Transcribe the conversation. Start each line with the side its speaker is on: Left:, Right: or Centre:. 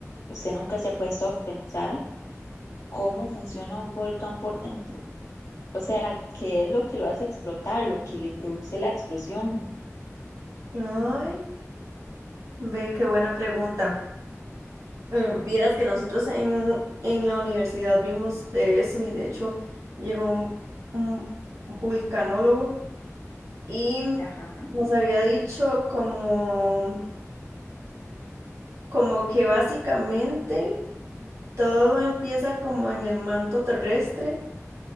Left: ¿Usted nunca se ha puesto a pensar cómo funciona un volcán por dentro? O sea, ¿qué es lo que lo hace explotar, lo que le produce la explosión?
Right: Ay, ve qué buena pregunta. Mm, Vieras que nosotros en, en la universidad vimos de eso y de hecho llegó un, un vulcanólogo y
Left: Ajá,
Right: nos había dicho como, como que básicamente todo empieza como en el manto terrestre,